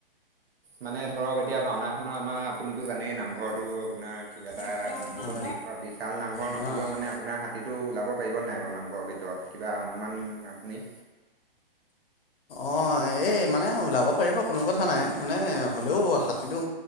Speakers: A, on the right; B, on the left.
A: মানে ধৰক এতিয়া ভাওনাখনৰ আমাৰ আপুনিতো জানেই নামঘৰতো আপোনাৰ কিবা এটা
B: মই
A: বহুত বিষৰ বিষ কাৰণ নামঘৰ
B: হয়
A: নহ'লেও
B: অ
A: মানে আপোনাৰ হাতীটো জাব পাৰিব নাই বাৰু নামঘৰৰ ভিতৰত কিবা অনুমান আপুনি?
B: অ', এই মানে ন' ওলাব পাৰিব কোনো কথা নাই মানে হ'লেও হাতীটো